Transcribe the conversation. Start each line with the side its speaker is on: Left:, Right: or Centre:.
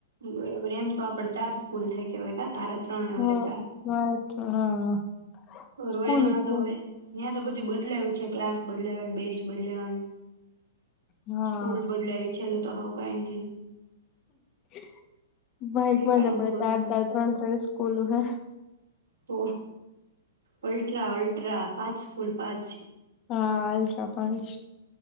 Right: <inaudible> આપડ ચાર સ્કૂલ થઈ કેવાય કા તારે ત્રણ અમારે
Left: હા
Right: ચાર
Left: ભારત હા
Right: રોય
Left: સ્કૂલ
Right: ન
Left: હતું
Right: તો હવે <inaudible> બધું બદલાયું છે ક્લાસ બદલાયો બેન્ચ બદલાવાનિ
Left: હા
Right: સ્કૂલ બદલાવી છેલ્લે. તો હાવ કઈ નઈ ને.
Left: <inaudible> બાઇકમાં
Right: ઠેકાણા
Left: જ આપડે
Right: વગરનું
Left: ચાર ચાર ત્રણ ત્રણ સ્કૂલમાં
Right: તો ઓલ્ટ્રા અલ્ટ્રા પાંચ કુલ પાંચ.
Left: હા અલ્ટ્રા પાંચ.